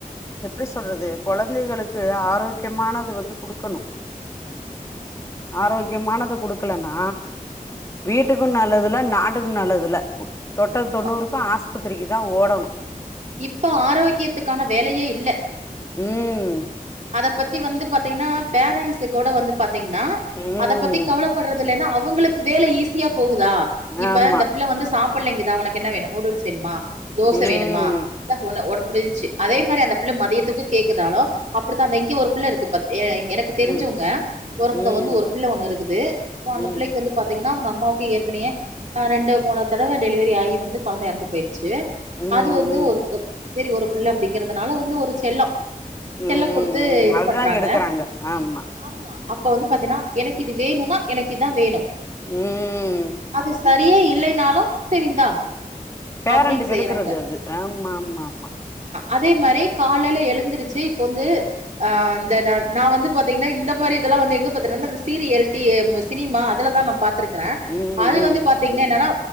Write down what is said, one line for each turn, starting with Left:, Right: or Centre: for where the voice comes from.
Left: எப்டி சொல்றது கொழந்தைகளுக்கு ஆரோக்கியமானது வந்து கொடுக்கணு ஆரோக்கியமானத குடுக்க க்கலனா வீட்டுக்கூ
Right: ம்
Left: நல்லதுல்ல நாட்டுக்கூ நல்லதுல தொட்டது
Right: ஆமா
Left: தொண்ணூறுக்கூ ஆஸ் பத்திரிக்கு தான் ஓடணு
Right: இப்ப ஆரோக்கியத்துக்கான வேலையே இல்ல
Left: உம்
Right: அத பத்தி வந்து பாத்தீங்கன்னா பேரண்ட்ஸ் கூட வந்து பார் ன்னா
Left: ம்
Right: அத பத்தி கவலைப்படுறது இல்லைன்னா அவங்களுக்கு வேலை ஈசி போகுதா இப்ப
Left: ஆமா
Right: இந்த பிள்ள வந்து சாப் புள்ளைங்கதான் உன என்ன வேணும் நூடுல்ஸ் வேணுமா தோச
Left: ம்
Right: வேணுமா ஒ <unintelligible> முடிஞ்சச்சு அதே மாரி அந்த பிள்ள மதியத்துக்கு கேக்குதாலு அப்படித்தான் இங்க ஒரு புள்ள இருக்குப்ப எனக்கு தெரிஞ்சவங்க
Left: ம்
Right: ஒரு
Left: ம்
Right: வந்து ஒரு பிள்ள ஒண்ணு இருக்குது சோ
Left: ம்
Right: அந்த
Left: ம்
Right: பிள்ளக்கு வந்து பாத்தீங் அவுங்க அம்மாவுக்கு ஏற்கனையே ரெண்டு மூணு தடவ டைலிவரி ஆயி வந்து கொழந்தஇறந்து போயிருக்
Left: ம்
Right: அது வந்து
Left: ம்
Right: ஒரு செரி ஒரு புள்ள அப்படிங்கறிறதுனால வந்து ஒரு செல்லோ செல்ல
Left: ம்
Right: கொடுத்து இது
Left: அதுதா
Right: பண்றாங்க
Left: கெடுக்குறாங்க ஆமா
Right: ஆமா அப்ப வந்து பாத்தீன்னா எனக்கு இது வேணும்னா எனக்கு இதா வேணு
Left: ம்
Right: அது ச ரியே இல்லைனாலு சரி இந்தா
Left: பேரண்ட்
Right: அப்டின்னு
Left: கெடுக்குறது
Right: செய்யறாங்க
Left: அது ஆமா ஆமா ஆமா
Right: அதே மாரி காலையில எழுந்துருச்சு இப்ப வந்து ஆ இந்த நா வந்து பாத்தீங்கன்னா இந்த மாரி இதெல்லா வந்து எங்க பாக்குறேனா இந்த சீரியல் டி சினிமா அதுலதா நா பாத்துருக்றே
Left: ம்
Right: அது வந்து பாத்தீங்கன்னா என்னன்னா